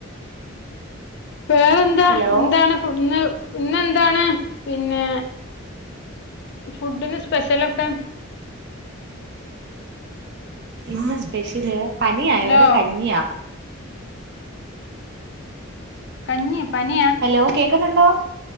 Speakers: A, on the left (about 55°); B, on the right (about 50°).
A: വേറെ എന്താ
B: ഹലോ
A: എന്താണ് ഫുഡന്ന് ഇന്നെന്താണ് പിന്നെ ഫുഡിന്ന് സ്പെഷ്യലൊക്കെ
B: ഇന്ന് സപെഷൽ പനിയായോണ്ട്
A: ഹലോ
B: കഞ്ഞിയാ
A: കഞ്ഞി പനി
B: ഹലോ കേക്കുന്നുണ്ടോ